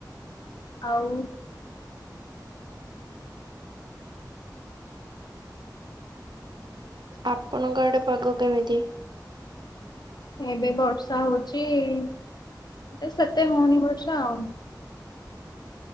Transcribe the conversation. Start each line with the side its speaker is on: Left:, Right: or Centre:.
Left: ଆଉ।
Right: ଆପଣଙ୍କ ଆଡେ ପାଗ କେମିତି?
Left: ଏବେ ବର୍ଷା ହଉଚି ଏ ସେତେ ହଉନି ବର୍ଷା ଆଉ।